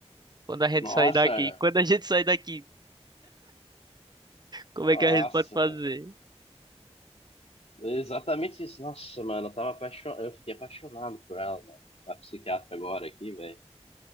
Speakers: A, on the right; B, on the left.
A: quando a gente
B: Nossa,
A: sair daqui, quando a gente sair daqui, como
B: Nossa,
A: é que a gente pode fazer?
B: velho. É Exatamente isso. Nossa, mano, eu tava apaixonado. Eu fiquei apaixonado por ela, mano. A psiquiatra agora aqui, velho.